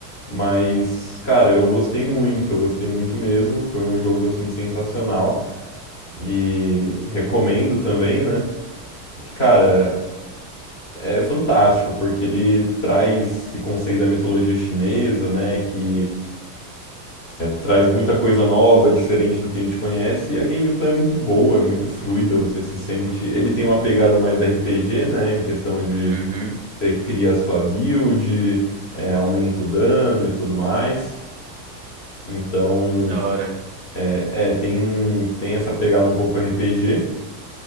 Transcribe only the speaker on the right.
uhum,
que da hora.